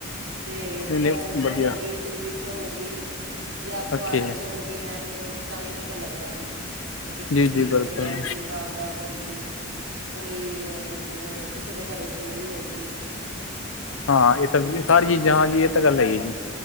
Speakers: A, on the right; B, on the left.
A: ਤੇ
B: ਨਹੀਂ ਨਹੀਂ
A: ਫੋਨ ਚ
B: ਵਧੀਆ
A: ਹੋ ਗੀ, ਟੀ-ਵੀ ਚ ਹੋ ਗੀ। ਜਾਂ ਅਖ਼ਬਾਰਾਂ
B: ਓਕੇ
A: ਚ ਹੋ ਗੀ ਨਿਊਜ਼ ਤਾਂ ਹੀ ਪਤਾ ਲੱਗਦਾ। ਕੀ ਕਿੱਥੇ
B: ਜੀ ਜੀ
A: ਕੀ
B: ਬਿਲਕੁਲ
A: ਹੋ ਗਿਆ ਕੀ ਵਾਰਦਾ ਹੋਗੀ, ਕੋਈ ਅ ਜਿਵੇਂ ਕਿਸੇ ਦੇ ਘਰੇ ਚੋਰੀ ਹੋ ਗੀ।
B: ਹਾਂ, ਇਹ ਸ ਸਾਰੀ ਚੀਜ਼ਾਂ ਹਾਂਜੀ, ਇਹ ਤਾਂ ਗੱਲ ਹੈਗੀ ਐ ਜੀ।